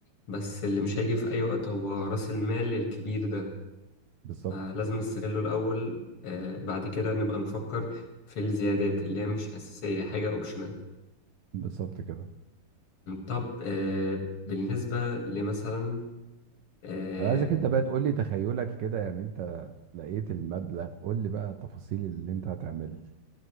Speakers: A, on the left; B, on the right.
A: بس اللي مش هيجي في اي وقت هو راس المال الكبير ده
B: بالظبط
A: فلازم نستغله الاول آه. بعد كده نبقى نفكر في الزيادات اللي هي مش اساسية حاجة اوبشنال
B: بالظبط كده
A: طب آه. بالنسبة لمثلا آه،
B: انا عايزك انت بقى تقول لي تخيلك كده يعني انت لقيت المبلغ قول لي بقى التفاصيل اللي انت هتعمله